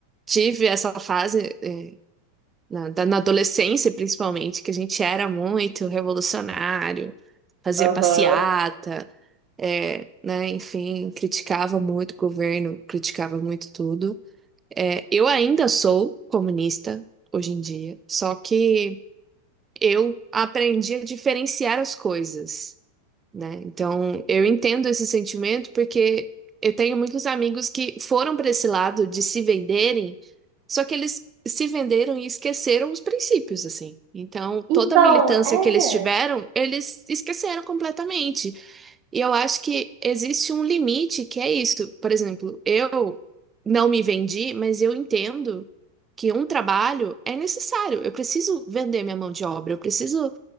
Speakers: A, on the right (about 20°); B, on the right (about 50°).
A: tive essa fase, é, Na, da- na adolescência, principalmente, que a gente era muito revolucionário, fazia
B: Aham.
A: passeata, é, né, enfim, criticava muito o governo, criticava muito tudo. É, eu ainda sou comunista hoje em dia, só que eu aprendi a diferenciar as coisas né? Então, eu entendo esse sentimento porque eu tenho muitos amigos que foram para esse lado de se venderem, só que eles se venderam e esqueceram os princípios, assim. Então,
B: Então,
A: toda a militância
B: é.
A: que eles tiveram, eles esqueceram completamente. E eu acho que existe um limite que é isso. Por exemplo, eu não me vendi, mas eu entendo que um trabalho é necessário. Eu preciso vender minha mão de obra, eu preciso